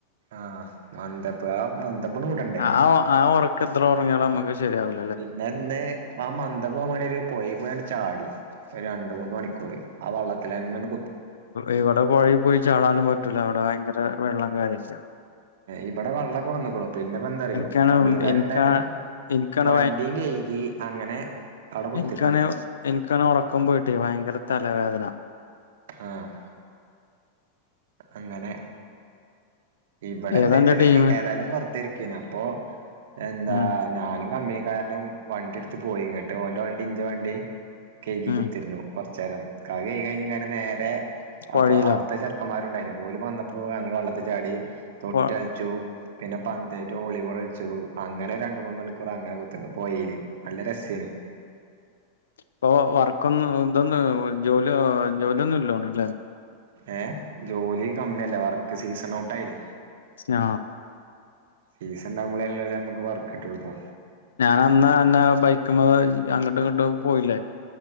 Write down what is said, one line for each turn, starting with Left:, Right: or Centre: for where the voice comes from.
Right: ആഹ് മന്ദപ്പ് ആ മന്ദപ്പട് വിടണ്ടേ
Left: ആ ഒ ആ ഒർ ക്കെത്ര ഉറങ്ങാലും നമക്ക് ശരിയാവി
Right: പിന്നെ ഇന്ന് ആ മന്ദപ്പോവണ്ടിട്ട് പോയെ പോയാണ് ചാടി ഒരു രണ്ട് മൂന്ന് മണിക്കൂർ ആ വെള്ളത്തിലന്നെട്
Left: ഇവിടെ പുഴയി പോയി ചാടാനും പറ്റൂല ഇവിടെ ഭയങ്കര വെള്ളം കാര്യൊക്കെയാ
Right: ഇവിടെ വെള്ളൊക്കെ വന്നക്ക്ണു പിന്നെപ്പോ എന്താറിയോ
Left: എനിക്കാണ്
Right: കമ്പനിക്കാരു
Left: എനിക്കാ
Right: ഇണ്ടായപ്പോ
Left: എനിക്കാണ്
Right: വണ്ടിയും കയ്‌കി അങ്ങനെ അവിടെ കുത്തിരുന്നു
Left: എനിക്കണെ ഇൻക്കണെ ഉറക്കം പോയിട്ടേ ഭയങ്കര തലവേദന
Right: ആഹ് അങ്ങനെ ഇവിടെ എന്താ
Left: ഏതാ അന്റെ
Right: ച്ചാല്
Left: ടീമ്
Right: ഏതായാലു വെർതെ ഇരിക്കനെ അപ്പൊ എന്താ
Left: ഉം
Right: ഞാനും കമ്പനിക്കാരനും വണ്ടി എടുത്ത് പോയി ഇങ്ങട്ട് ഓന്റെ വണ്ടി ഇന്റെ വണ്ടി കഴകി
Left: ഉം
Right: കുത്തിരുന്നു കോർച്ചേരം ക കൈ കഴിഞ്ഞു നേരെ
Left: പൊഴയിലോ
Right: അപ്പൊ അവിടുത്തെ ചെർ ക്കന്മാരുണ്ടായിന് പോലും വന്നപ്പോ ഞങ്ങൾ വള്ളത്തി ചാടി തൊട്ട
Left: പൊ
Right: ച്ചു പിന്നെ പന്തേറ്റ് വോളിബോൾ അഴിച്ചു അങ്ങനെ രണ്ട മൂന്ന് മണിക്കൂർ അങ്ങനെ കുത്തിണ്ട് പോയേല് നല്ല രസേനു
Left: ഇപ്പൊ വർക്കൊന്ന് ഇതൊന്ന ജോലി ജോലിയൊന്നും ഇല്ലോണുല്ലേ
Right: ഏഹ് ജോലി കമ്മിയല്ലേ വർക്ക് സീസൺ ഔട്ട് ആയില്ലേ
Left: സ്ന
Right: സീസൺ ഉണ്ടാവുമ്പളല്ല നമക്ക് വർക്ക് കിട്ടോളുപ്പോ
Left: ഞാൻ അന്ന് അന്നെ ബൈക്കമ്മ അങ്ങട്ട് ഇങ്ങട്ട് പോയില്ലേ